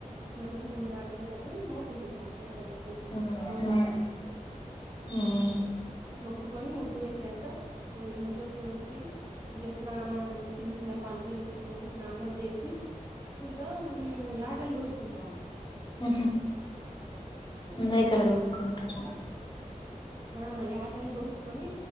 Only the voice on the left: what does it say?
ఉమ్
ఉమ్
ఉహు మేకలు కోసుకుంటారు